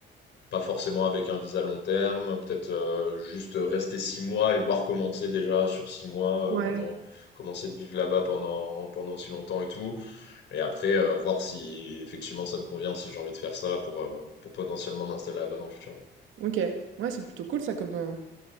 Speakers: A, on the left (about 65°); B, on the right (about 80°).
A: pas forcément avec un visa long terme, peut-être euh, juste rester six mois et voir comment c'est déjà sur six mois,
B: Ouais.
A: euh, comment comment c'est de vivre là-bas pendant pendant aussi longtemps et tout. Et après, euh, voir si effectivement ça me convient, si j'ai envie de faire ça pour euh, pour potentiellement m'installer là-bas dans le futur. Ouais.
B: OK. Ouais, c'est plutôt cool ça comme, heu,